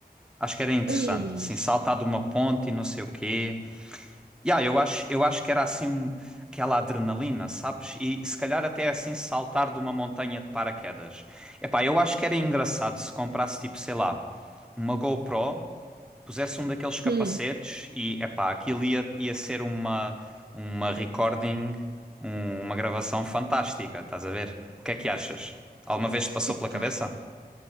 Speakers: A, in the centre; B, on the right.
A: Acho que era interessante,
B: Ei,
A: assim, saltar de uma ponte e não sei o quê. Yeah, eu acho, eu acho que era assim um- aquela adrenalina, sabes? E se calhar até é assim saltar de uma montanha de paraquedas. Epá, eu acho que era engraçado se comprasse tipo, sei lá, uma GoPro, pusesse um daqueles capacetes
B: hum,
A: e epá, aquilo ia, ia ser uma, uma recording, um- uma gravação fantástica, estás a ver? O que é que achas? Alguma vez te passou
B: epá.
A: pela cabeça?